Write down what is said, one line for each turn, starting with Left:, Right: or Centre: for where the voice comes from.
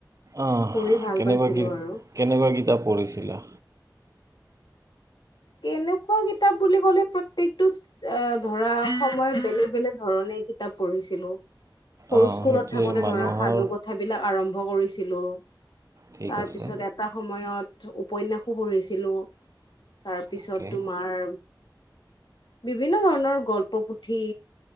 Right: অঁ
Left: পঢ়ি ভাল
Right: কেনেকুৱা
Left: পাইছিলো আৰু।
Right: কেনেকুৱা কিতাপ পঢ়িছিলা
Left: কেনেকুৱা কিতাপ বুলি ক'লে প্ৰত্যেকটো এ ধৰা সময়ত বেলেগ বেলেগ ধৰণে কিতাপ পঢ়িছিলো সৰু
Right: অঁ
Left: স্কুলত
Right: সেইটোৱে
Left: থাকোতে
Right: মানুহৰ
Left: ধৰা সাধু কথাবিলাক আৰম্ভ আৰম্ভ কৰিছিলোঁ
Right: ঠিক
Left: তাৰপিছত
Right: আছে
Left: এটা সময়ত উপন্যাসো পঢ়িছিলো তাৰপিছত
Right: অ'কে
Left: তোমাৰ বিভিন্ন ধৰণৰ গল্প পুথি